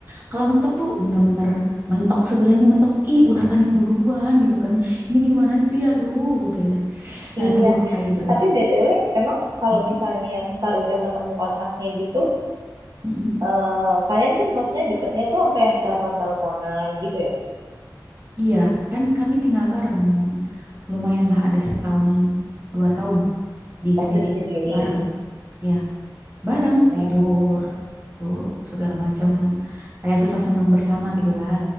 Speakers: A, on the right (about 30°); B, on the right (about 60°).
A: Kalau mentok tuh bener-bener mentok segalanya mentok. Ih, udah panik duluan gitu kan. Ini gimana sih? Aduh, gitu ya. Nah,
B: Iya.
A: itu tuh kayak gitu
B: Tapi
A: tuh.
B: BTW, emang kalau
A: Mm-mm,
B: misalnya ntar udah ketemu kontaknya gitu,
A: mm-mm.
B: eh, kalian tuh maksudnya deketnya tuh sampai yang telepon-teleponan gitu ya?
A: Iya, kan kami tinggal bareng. Lumayan lah ada setahun, dua tahun di
B: Waktu
A: Kediri
B: di Kediri.
A: bareng. Ya, bareng
B: Oh,
A: tidur, tuh segala macam. Kayak susah senang bersama gitulah